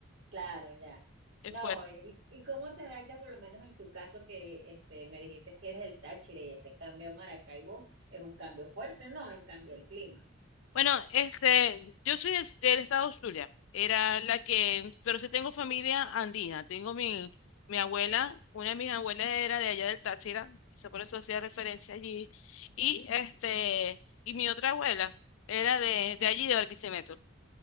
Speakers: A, on the right; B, on the left.
A: claro, ya.
B: es
A: No,
B: fuerte.
A: ¿y, y cómo te adaptas, por lo menos en tu caso, que este, me dijiste que eres el Táchira y ese cambio a Maracaibo es un cambio fuerte, ¿no? En cambio el clima.
B: Bueno, este, yo soy del, del estado Zulia, era la que, pero sí tengo familia andina, tengo mi, mi abuela, una de mis abuelas era de allá del Táchira, quizá por eso hacía referencia allí, y este, y mi otra abuela era de, de allí, de Barquisimeto.